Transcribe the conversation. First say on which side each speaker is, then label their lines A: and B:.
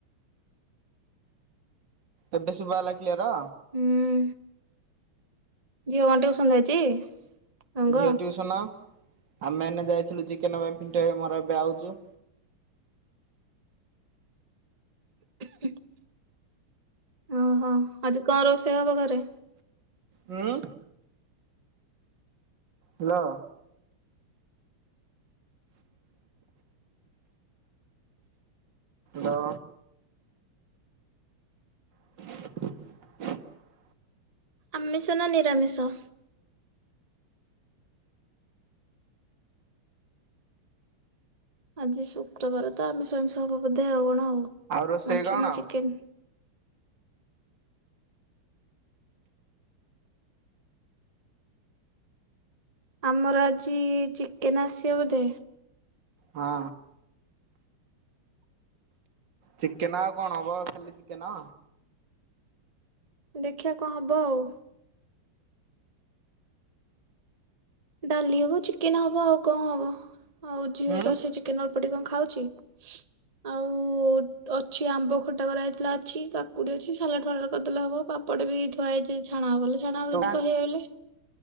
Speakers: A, on the right; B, on the right.
A: ଏବେ ଶୁଭା ହେଲା କ୍ଲିୟର।
B: ହୁଁ ଝିଅ କଣ ଟିଉସନ୍ ଯାଇଛି। ରଙ୍ଗ?
A: ଝିଅ ଟିଉସନ ଆମେ ଏନା ଯାଇଥିଲୁ ଚିକେନ ପାଇଁ ପିଣ୍ଟୁ ଭାଇ ମୋର ଏବେ ଆଉଛୁ
B: <inaudible> ଓହୋ ଆଜି କଣ ରୋଷେ ସେଇ ହବ ଘରେ
A: ହୁଁ ହାଲୋ ହାଲୋ <inaudible>
B: ଆମିଷ ନା ନିରାମିଷ। ଆଜି ଶୁକ୍ରବାର ତ ଆମିଷ ଫାମିଷ ହବ ବୋଧେ ଆଉ କଣ ଆଉ
A: ରୋଷେଇ
B: ମାଛ
A: କଣ?
B: ନା ଚିକେନ ଆମର ଆଜି ଚିକେନ୍ ଆସିବ ବୋଧେ।
A: ହଁ ଚିକେନ ଆଉ କଣ ହବ ଖାଲି ଚିକେନ?
B: ଦେଖିବା କଣ ହବ ଆଉ? ଡାଲି ହବ ଚିକେନ ହବ ଆଉ କଣ ହବ ଆଉ ଝିଅ
A: ଉଁ
B: ତ ସେ ଚିକେନ ଅଳପଟିକେ କଣ ଖାଉଛି। ଆଉ ଅଛି ଆମ୍ବ ଖଟା କରାଯାଇଥିଲା ଅଛି କୁଡ଼ି ଅଛି ସାଲଡ଼ ଫାଲଡ଼ କରିଦେଲେ ହବ ପାପଡ଼ ବି ହେ ଥୁଆ ହେଇଛି ଛଣା ହବ ବୋଲି ଛାଣ ହବ
A: ତୁ
B: ଯଦି କହିବା ବଲେ